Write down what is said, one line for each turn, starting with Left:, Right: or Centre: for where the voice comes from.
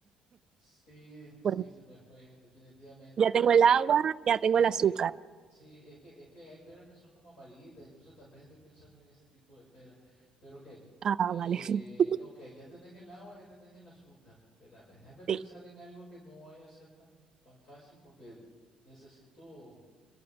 Left: Sí, sí,
Right: Bueno,
Left: se me fue, definitivamente.
Right: ya
Left: No,
Right: tengo
Left: es
Right: el
Left: que,
Right: agua,
Left: eh,
Right: ya tengo
Left: es
Right: el
Left: que
Right: azúcar.
Left: eh, Sí, es que, es que hay peras que son como amarillitas, entonces tal vez estoy pensando en ese tipo de pera. Pero ok,
Right: Ah,
Left: eh,
Right: vale. <laughs>
Left: ok, ya tenés el agua, ya tenés el azúcar. Espérame, déjame pensar
Right: Sí.
Left: en algo que no vaya a ser tan, tan fácil porque necesito